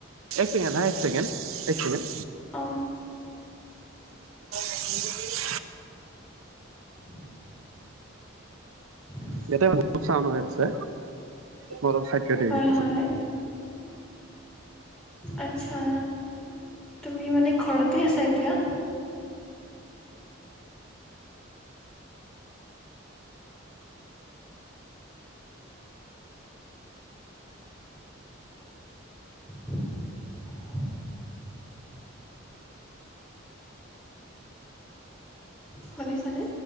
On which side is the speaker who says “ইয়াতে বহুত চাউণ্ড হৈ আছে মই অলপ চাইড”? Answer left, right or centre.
Right